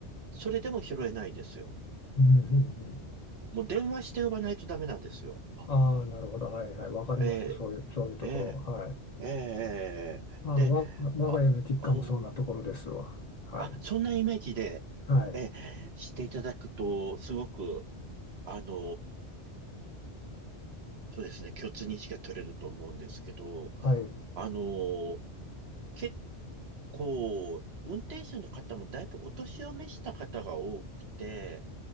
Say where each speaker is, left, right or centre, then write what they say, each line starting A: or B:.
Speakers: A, on the right (about 65°); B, on the left (about 35°).
A: それでも拾えないんですよ。
B: うん、うん、うん。
A: もう電話して呼ばないとダメなんですよ。あ、
B: ああ、なるほど。はいはい。わかります。
A: ええ、
B: そういう、そういうところ。
A: ええ、
B: はい。
A: ええ、
B: あの、
A: で、
B: わ、我が家の実家もそんなところですわ。
A: あ、うん。
B: はい。
A: あ、そんなイメージで、
B: はい。
A: ええ、していただくと、すごく、あのそうですね、共通認識が取れると思うんですけど、
B: はい。
A: あの結こう、運転手の方もだいぶお年を召した方が多くて、